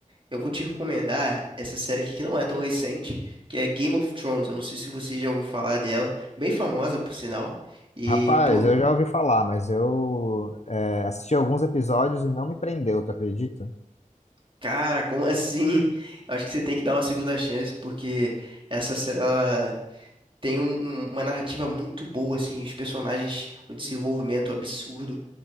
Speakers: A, on the right (about 35°); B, on the left (about 55°).
A: eu vou te recomendar essa série aqui que não é tão recente, que é Game of Thrones. Eu não sei se você já ouviu falar dela, bem famosa por sinal. E,
B: Rapaz,
A: pô,
B: eu já ouvi falar, mas eu é, assisti alguns episódios e não me prendeu, tu acredita?
A: cara, como <laughs> assim? Eu acho que você tem que dar uma segunda chance, porque essa série ela Tem um- um- uma narrativa muito boa, assim, os personagens, o desenvolvimento absurdo.